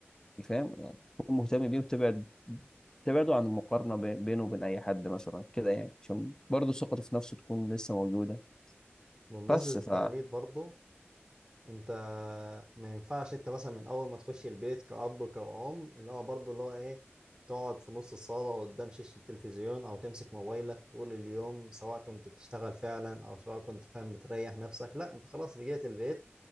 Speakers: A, on the left; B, on the right.
A: فاهم يعني كن مهتم بيه وتبعد تبعده عن المقارنة بي- بينه وبين أي حد مثلا كده يعني عشان برضه ثقته في نفسه تكون لسه موجودة
B: بمناسبة
A: بس ف
B: التقليد برضه انت ما ينفعش انت مثلا من اول ما تخش البيت كأب كأم اللي هو برضه اللي هو ايه تقعد في نص الصالة قدام شاشة التلفزيون او تمسك موبايلك طول اليوم سواء كنت بتشتغل فعلا او سواء كنت فاهم بتريح نفسك لا انت خلاص رجعت البيت